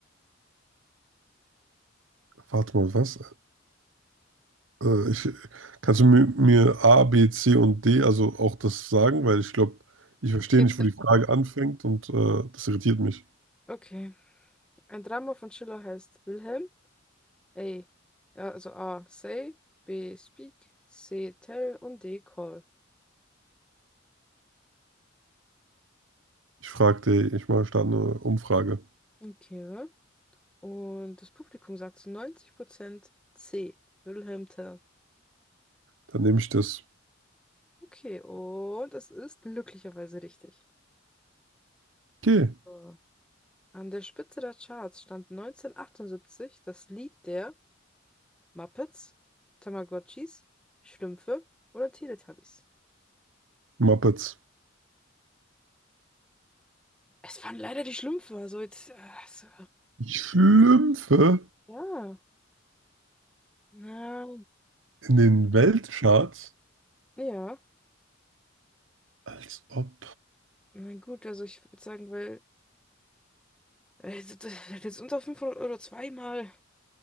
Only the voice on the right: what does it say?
Warte mal, was? Äh, ich, kannst du mir, mir A, B, C und D, also auch das sagen? Weil ich glaube, ich verstehe
nicht,
wo die
Frage
anfängt und äh, das irritiert mich.
Ich fragte, ich mache statt eine Umfrage.
Dann nehme ich das.
Okay,
Muppets.
Ich schlümpfe
in den Weltcharts,
als ob.